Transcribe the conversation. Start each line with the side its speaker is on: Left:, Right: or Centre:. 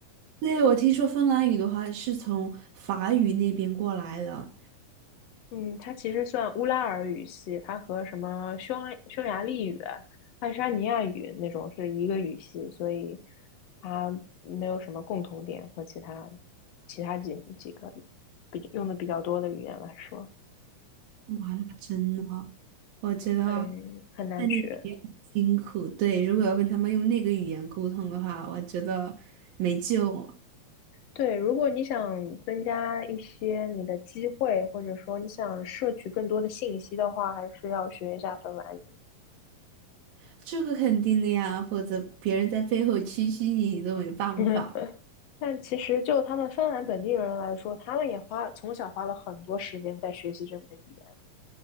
Right: 对，我听说芬兰语的话是从法语那边过来的，
Left: 嗯，它其实算乌拉尔语系，它和什么匈匈牙利语、爱沙尼亚语那种是一个语系，所以它没有什么共同点和其他其他几几个比用的比较多的语言来说，
Right: 哇，那真的，我觉得
Left: 很很难学。
Right: 在那边也很辛苦。对，如果要跟他们用那个语言沟通的话，我觉得没救了。
Left: 对，如果你想增加一些你的机会，或者说你想摄取更多的信息的话，还是要学一下芬兰语。
Right: 这个肯定的呀，否则别人在背后蛐蛐你，你都没办法。
Left: <laughs> 但其实就他们芬兰本地人来说，他们也花从小花了很多时间在学习这门语言。